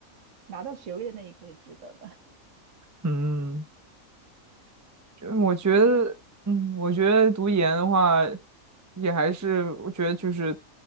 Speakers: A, on the right; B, on the right.
A: 拿到学位的那一刻是值得的。
B: 嗯就我觉得，
A: <laughs> 你呢？
B: 嗯，我觉得读研的话，也还是我觉得就是，